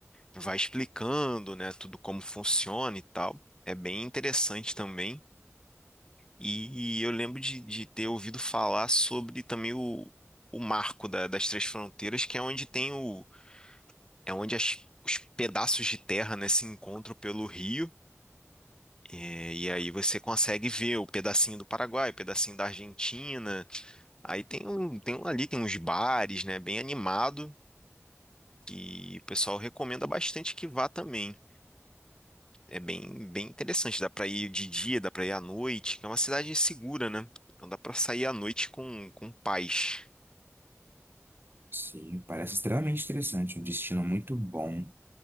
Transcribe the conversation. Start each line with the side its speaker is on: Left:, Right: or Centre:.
Left: vai explicando, né, tudo como funciona e tal. É bem interessante também. E eu lembro de, de ter ouvido falar sobre também o, o marco da- das três fronteiras, que é onde tem o, é onde as- os pedaços de terra, né, se encontram pelo rio. É, e aí você consegue ver o pedacinho do Paraguai, o pedacinho da Argentina. Aí tem um, tem um ali, tem uns bares, né, bem animado. E o pessoal recomenda bastante que vá também. É é bem, bem interessante. Dá pra ir de dia, dá pra ir à noite, que é uma cidade segura, né? Então dá pra sair à noite com, com paz.
Right: Sim, parece extremamente interessante. Um destino muito bom.